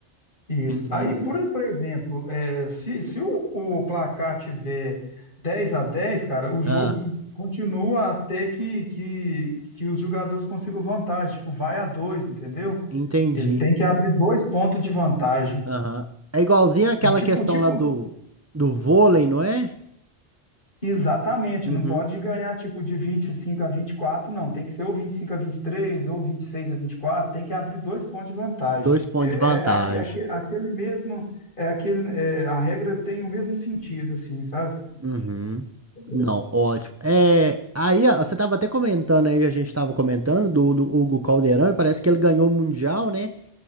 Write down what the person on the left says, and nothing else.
Isso.
Aí, por, por exemplo, é, se, se o, o placar tiver 10 a 10, cara, o jogo
continua até que, que, que os jogadores consigam vantagem, tipo, vai a dois, entendeu?
Ele tem que abrir dois pontos de vantagem.
É tipo,
tipo,
exatamente,
não pode ganhar tipo de 25 a 24, não. Tem que ser ou 25 a 23 ou 26 a 24. tem que abrir dois pontos de vantagem.
É,
é aque- aque- aquele mesmo, é aquele, é, a regra tem o mesmo sentido, assim, sabe?
Entendeu?